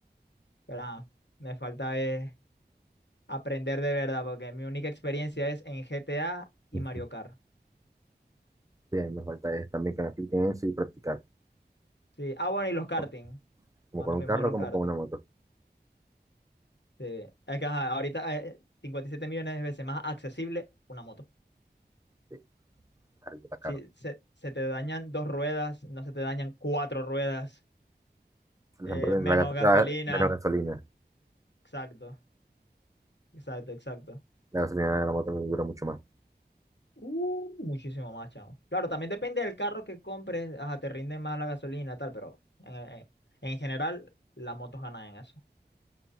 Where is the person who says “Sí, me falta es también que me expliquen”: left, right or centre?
Right